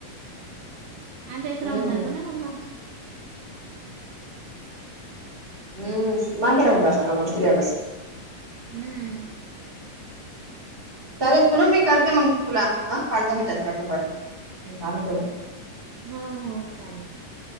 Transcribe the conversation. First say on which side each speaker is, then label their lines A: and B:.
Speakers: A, on the right; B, on the right.
A: अभ्यास
B: हम्म
A: राहून जातो ना मग
B: हम्म मागे राहून जाता ना मग सिल्याबस
A: हम्म
B: चालेल तुल ना मी करते मग तुला हा पाच दहा मिनटात करते परत काम आहे थोडं
A: ह हो चालेल